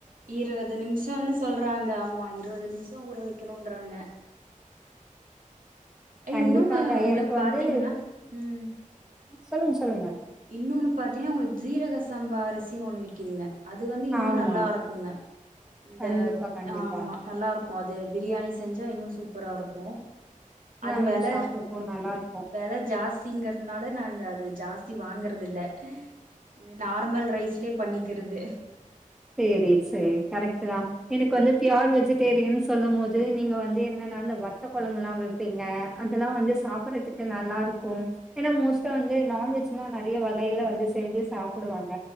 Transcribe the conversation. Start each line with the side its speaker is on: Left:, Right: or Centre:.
Right: இருபது நிமிஷம்னு சொல்றாங்க அம்மா இருபது நிமிஷ ஊற வக்கணும்ன்றாங்க எ
Centre: கண்டிப்பாங்க.
Right: இன்னொன்னு உங்களுக்கு
Centre: எனக்கு
Right: பாத்தீங்கன்னா
Centre: வந்து
Right: ம்
Centre: சொல்லுங்க சொல்லுங்க
Right: இன்னொன்னு பாத்தீங்கன்னா உங்களுக்கு ஜீரக சம்பா அரிசின்னு ஒன்னு விக்குதுங்க அது வந்து இன்னு
Centre: ஆமா.
Right: நல்லா இருக்குங்க இந்த
Centre: கண்டிப்பா, கண்டிப்பா.
Right: ஆமா நல்லா இருக்கும் அது பிரியாணி செஞ்சா இன்னு சூப் ப்பரா இருக்கு அது
Centre: நாங்களும்
Right: வெள
Centre: சாப்ட்டுருக்கோம். நல்லாருக்கும்.
Right: வெள ஜாஸ்திங்குறதுனால நாங்க அது ஜாஸ் தி வாங்கறது இல்ல இது நார்மல் ரைஸ்லே பண்ணிக்குறது
Centre: சேரி சேரி கரெக்டு தா எனக்கு வந்து ப்யோர் வெஜிடேரியன் சொல்லு போது நீங்க வந்து என்னன்னா இந்த வத்த கொழம்பு லா வப்பீங்க அதெல்லா வந்து சாப்பறதுக்கு நல்லாருக் <inaudible> ஏனா மோஸ்ட்டா வந்து நான்வெஜ் சும்மா நெறைய வகைல வந்து செஞ்சு சாப்புடுவாங்க